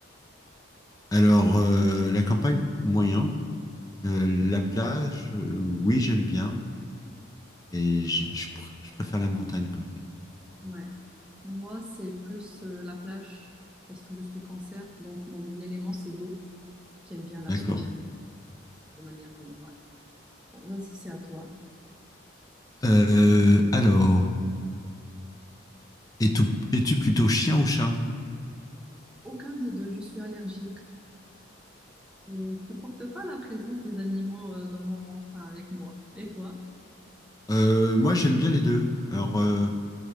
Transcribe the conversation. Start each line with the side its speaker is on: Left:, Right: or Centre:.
Left: Alors, euh, la campagne, moyen. Euh, la plage, euh, oui, j'aime bien. Et j- je, pr- je préfère la montagne quand même.
Centre: Ouais. Moi, c'est plus euh, la plage parce que je suis cancer, donc mon élément, c'est l'eau. J'aime bien
Left: D'accord.
Centre: la plage de manière générale. Bon, vas-y, c'est à toi.
Left: Euh, alors, es-tu es plutôt chien ou chat?
Centre: Aucun des deux, je suis allergique. Je ne supporte pas la présence des animaux euh, dans mon, enfin, avec moi. Et toi?
Left: Euh, moi, j'aime bien les deux. Alors, euh,